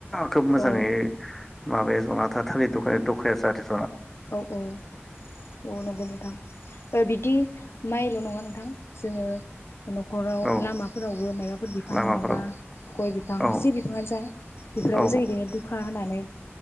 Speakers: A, in the centre; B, on the left.
A: खोब मोजाङै
B: औ
A: माबाया जना था थालिर दखाया-दखाया जादेर
B: औ औ औ नंगौ नोंथां जेरै बिदि मायल'नङा नों थां जोङो न'खराव
A: औ
B: लामाफोरावबो मायबाफोर बिफां
A: लामाफोराव
B: नङाबा गय बिफां
A: औ
B: जि बिफाङानो जा बेफोरावबो
A: औ
B: जों बिदिनो दुखा होनानै